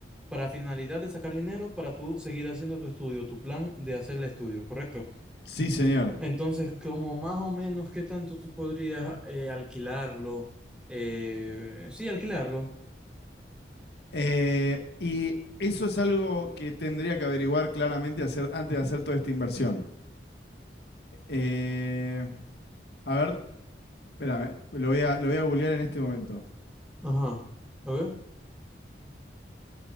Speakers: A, in the centre; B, on the left.
A: para finalidad de sacar dinero para tú seguir haciendo tu estudio, tu plan de hacer el estudio, ¿correcto?
B: Sí, señor.
A: Entonces, como más o menos, ¿qué tanto tú podrías eh, alquilarlo? Eh, sí, alquilarlo.
B: Eh, y eso es algo que tendría que averiguar claramente hacer, antes de hacer toda esta inversión. Eh, a ver, espérame, lo voy a, lo voy a googlear en este momento.
A: Ajá. A ver,